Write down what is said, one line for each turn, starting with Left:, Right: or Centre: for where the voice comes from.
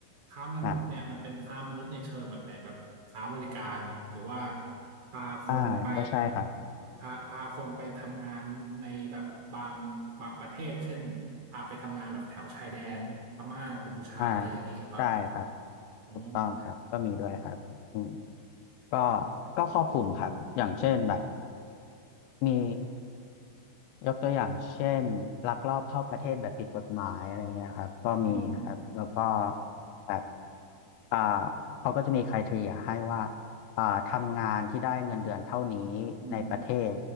Right: ค้ามนุษย์เนี่ยมันเป็นค้ามนุษย์ในเชิงแบบไหนแบบค้าบริการหรือว่า
Left: อ่า
Right: พาคนไป
Left: อ่าก็ใช่ครับ
Right: พาพาคนไปทำงานในแบบบางบางประเทศเช่นพาไปทำงานแบบแถวชายแดนพม่ากัมพูชาอะไรอย่างนี้หรือเปล่า
Left: อ่าได้ครับ
Right: อ๋อ
Left: ถูกต้องครับก็มีด้วยครับอืมก็ก็ครอบคลุมครับอย่างเช่นแบบมี ยกตัวอย่างเช่นลักลอบเข้าประเทศแบบผิดกฎหมายอะไรเงี้ยครับก็มีครับแล้วก็
Right: อืมอืม
Left: แบบอ่าเขาก็จะมี criteria ให้ว่าอ่าทำงานที่ได้เงินเดือนเท่านี้
Right: อืม
Left: ในประเทศ